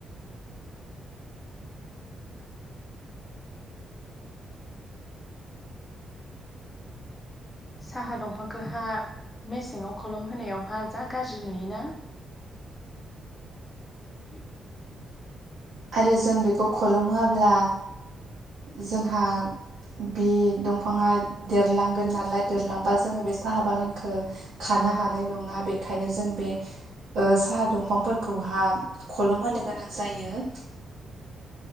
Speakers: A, on the left; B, on the right.
A: साहा दंफांखौहा मेसेङाव खोलोम होनायावहा जा गाज्रि नुयोना <inaudible>
B: आरो जों बेखौ खलम होआब्ला जोंहा बे दंफाङा देरलांगोन नालाय देरलांबा जोङो बे साहा बागानखो खानो नो हानाय नङा बेखायनो जों बे ओ साहा दंफांफोरखौहा खलम होनो गोनां जायो।